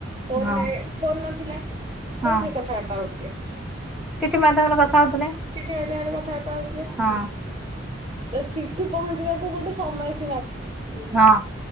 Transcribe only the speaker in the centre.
ହଁ
ହଁ
ଚିଠି ମାଧ୍ୟମରେ କଥା ହଉଥିଲେ।
ହଁ
ହଁ।